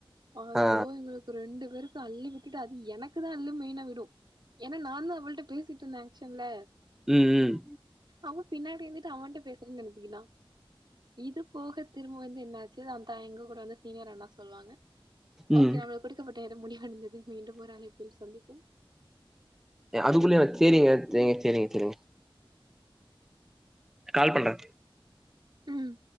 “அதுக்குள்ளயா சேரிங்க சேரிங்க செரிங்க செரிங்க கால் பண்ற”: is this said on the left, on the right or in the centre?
Centre